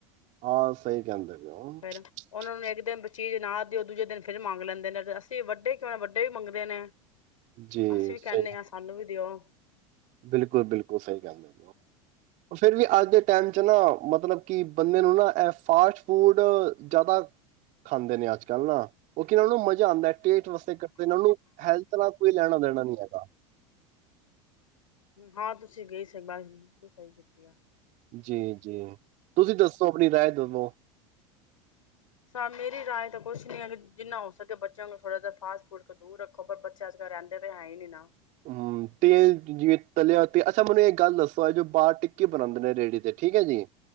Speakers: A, on the right; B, on the left.
A: ਆ ਸਹੀ ਕਹਿੰਦਾ ਪਏ ਓ।
B: ਫੇਰ ਉਹਨਾਂ
A: <unintelligible>
B: ਨੂੰ ਇੱਕ ਦਿਨ ਚੀਜ਼ ਨਾ ਦੇਓ ਦੂਜੇ ਦਿਨ ਫਿਰ ਮੰਗ ਲੈਂਦੇ ਨੇ ਤੇ ਅਸੀਂ ਵੱਡੇ ਕਿਉਂ ਨ ਵ ਡੇ ਵੀ ਮੰਗਦੇ ਨੇ।
A: ਜੀ
B: ਅਸੀਂ ਵੀ
A: ਸਹੀ
B: ਕੇਨੇ ਆ ਸਾਨੂੰ ਵੀ ਦਿਓ। <unintelligible>
A: ਬਿਲਕੁਲ, ਬਿਲਕੁਲ ਸਹੀ ਕੇਂਦੇ ਪਏ ਓ। ਪ ਫਿਰ ਵੀ ਅੱਜ ਦੇ ਟਾਈਮ ਚ ਨਾ ਮਤਲਬ ਕਿ ਬੰਦੇ ਨੂੰ ਨਾ ਇਹ ਫਾਸਟ ਫੂਡ ਜ਼ਾਦਾ ਖਾਂਦੇ ਨੇ ਅੱਜ ਕੱਲ੍ਹ ਨਾ। <unintelligible> ਨੂੰ ਮਜ਼ਾ ਆਂਦਾਏ ਟੇਟ ਵਸੇ ਕਟਦੇ ਉਹਨਾ ਨੂੰ ਹੈਲਥ ਨਾਲ ਕੋਈ ਲੈਨਾ ਦੇਨਾ ਨਈ ਹੈਗਾ।
B: ਹਾਂ ਤੁਸੀਂ ਗਏ ਸੀ ਬਸ <unintelligible> ਸਹੀ ਕੀਤੀ ਆ।
A: ਜੀ, ਜੀ ਤੁਸੀਂ ਦੱਸੋ ਆਪਣੀ ਰਾਏ ਦਨੋਂ।
B: ਹਾਂ ਮੇਰੀ ਰਾਏ ਤਾਂ ਕੁਛ ਨੀ ਹੈਗੀ। ਜਿੰਨਾ ਹੋ ਸਕੇ ਬੱਚਿਆਂਲ ਥੋੜ੍ਹਾ ਜਿਹਾ ਫਾਸਟ ਫੂਡ ਦੂਰ ਰੱਖੋ ਪਰ ਬੱਚੇ ਅੱਜ ਕੱਲ ਰਹਿੰਦੇ ਤਾਂ ਹੈ ਈ ਨੀ ਨਾ।
A: ਹੁੰ, ਤੇਲ ਜਿਵੇਂ ਤਲਿਆ ਤੇ ਅੱਛਾ ਮੈਨੂੰ ਇਹ ਗੱਲ ਦੱਸੋ ਏ ਜੋ ਬਾਰ ਟਿੱਕੀ ਬਨਾਂਦੇ ਨੇ ਰੇੜੀ ਤੇ ਠੀਕ ਏ ਜੀ